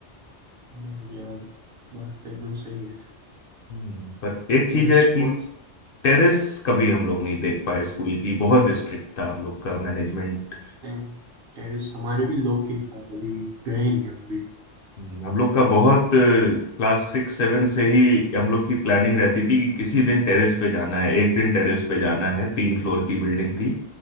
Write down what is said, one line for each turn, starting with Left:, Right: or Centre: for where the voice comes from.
Right: ना ये वाली बात तो एकदम सही है
Left: हम्म, पर एक चीज
Right: और
Left: है
Right: स्पोर्ट्स
Left: कि टेरेस कभी हम लोग नहीं देख पाए स्कूल की बहुत स्ट्रिक्ट था हम लोग का मैनेजमेंट
Right: सेम टेरिस हमारे भी लोग की था कभी गए नहीं हम भी
Left: हम्म, हम लोग का बहुत क्लास सिक्स सेवन से ही हम लोग की प्लानिंग रहती थी कि किसी दिन टेरेस पे जाना है एक दिन टेरेस पे जाना है तीन फ्लोर की बिल्डिंग थी